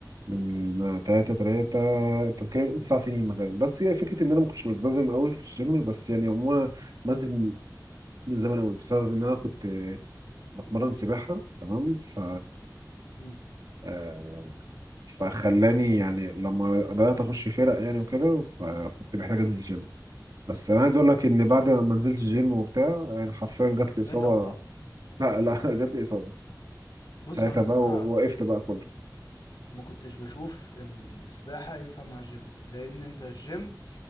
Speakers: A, on the right (about 55°); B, on the left (about 70°).
A: من تلاتة تلاتة انت بتتكلم تسع سنين مثلا بس هي فكره ان انا ما كنتش ملتزم قوي في الجيم بس يعني عموما بنزل من زمان قوي بسبب ان انا كنت بتمرن سباحه تمام ف
B: مم.
A: آه، فخلاني يعني لما بدأت أخش فرق يعني وكده فكنت محتاج أنزل جيم بس أنا عايز أقول لك إن بعد ما نزلت جيم وبتاع يعني حرفيا جات لي
B: بقيت
A: إصابة
B: ابطأ
A: لا لا <laughs> جات لي إصابة
B: بص
A: ساعتها
B: هو انا الصراحة
A: بقى وقفت بقى كله
B: ما كنتش بشوف ان السباحة ينفع مع جيم لان انت الجيم